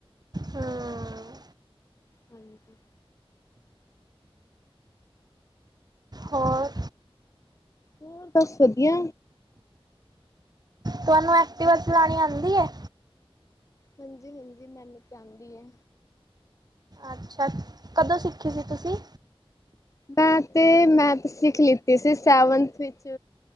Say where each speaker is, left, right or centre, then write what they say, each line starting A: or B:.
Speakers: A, on the right; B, on the left.
A: ਹਮ
B: ਹਾਂਜੀ।
A: ਹੋਰ
B: ਹੋਰ, ਬੱਸ ਵਧੀਆ!
A: ਤੁਹਾਨੂੰ ਐਕਟਵਾ ਚਲਾਉਣੀ ਆਉਂਦੀ ਹੈ
B: ਹਾਂਜੀ ਹਾਂਜੀ ਮੈਨੂੰ ਚਾਹਦੀ ਹੈ
A: ਅੱਛਾ ਕਦੋਂ ਸਿੱਖੀ ਸੀ ਤੁਸੀਂ
B: ਮੈਂ ਤੇ ਮੈਥ ਸਿੱਖ ਲਿੱਤੀ ਸੀ ਸੈਵਨਥ ਵਿੱਚ